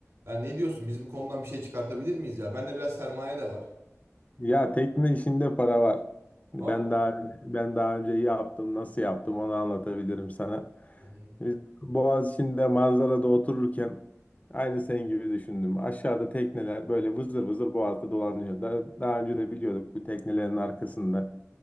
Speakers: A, on the right; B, on the left.
A: Yani ne diyorsun biz bu konudan bir şey çıkartabilir miyiz ya? Bende biraz sermaye de var.
B: Ya tekne işinde para var. Ben
A: Vallahi.
B: daha ben daha önce yaptım, nasıl yaptım onu anlatabilirim sana.
A: Hı hı.
B: Biz Boğaziçi'nde manzarada otururken aynı senin gibi düşündüm. Aşağıda tekneler böyle vızır vızır boğazda dolanıyor. Daha, daha önce de biliyorduk bu teknelerin arkasında